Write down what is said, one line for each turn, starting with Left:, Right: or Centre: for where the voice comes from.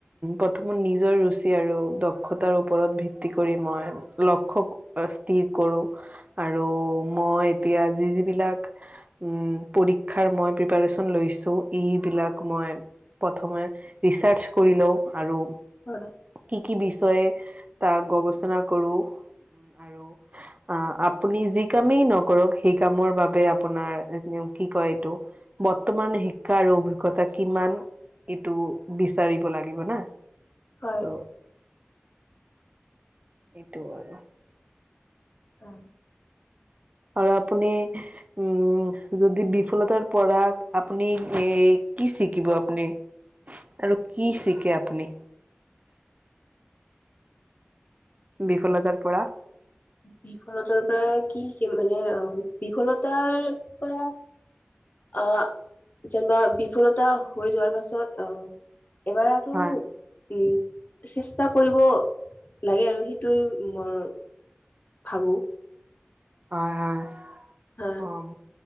Right: প্ৰথমত নিজৰ ৰুচি আৰু দক্ষতাৰ ওপৰত ভিত্তি কৰি মই লক্ষ্য অ স্থিৰ আৰু মই এতিয়া যি যিবিলাক উম পৰীক্ষাৰ মই প্ৰিপাৰেচন লৈছো এইবিলাক মই প্ৰথমে ৰিচাৰ্চ কৰি লওঁ আৰু
Left: হয়
Right: কি কি বিষয়ে তাক গৱেষনা কৰো আৰু আহ আপুনি যি কামেই নকৰক সেই কামৰ বাবে আপোনাৰ কি কয় এইটো বৰ্তমান শিক্ষা আৰু অভিজ্ঞতা কিমান এইটো বিচাৰিব লাগিব না
Left: হয়
Right: তো এইটো আৰু
Left: অ
Right: আৰু আপুনি উম যদি বিফলতাৰ পৰা আপুনি এ কি শিকিব আপুনি? আৰু কি শিকে আপুনি বিফলতাৰ পৰা?
Left: বিফলতাৰ পৰা কি শিকিব মানে অ বিফলতাৰ পৰা আহ যেনিবা বিফলতা হৈ যোৱাৰ পাছত আহ এবাৰ আৰু
Right: হয়
Left: উম চেষ্টা কৰিব লাগে আৰু সেইটোৱে মোৰ ভাবো
Right: হয় হয়
Left: হা
Right: উম